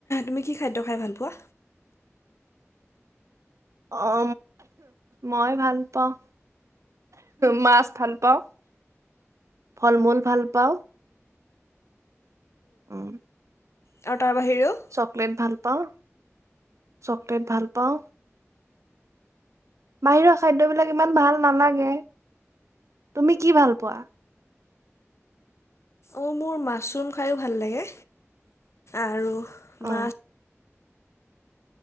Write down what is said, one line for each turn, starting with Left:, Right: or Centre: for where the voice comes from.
Left: তুমি কি খাদ্য খাই ভাল পোৱা?
Right: অ মই ভাল পাওঁ মাছ ভাল, পাওঁ ফল মূল ভাল পাওঁ। উম,
Left: আৰু তাৰ বাহিৰেও।
Right: চকলেট ভাল পাওঁ, চকলেট ভাল পাওঁ। বাহিৰৰ খাদ্যবিলাক ইমান ভাল নালাগে। তুমি কি ভাল পোৱা?
Left: অ' মোৰ মাছৰূম খায়ো ভাল লাগে। আৰু
Right: অ',
Left: মাছ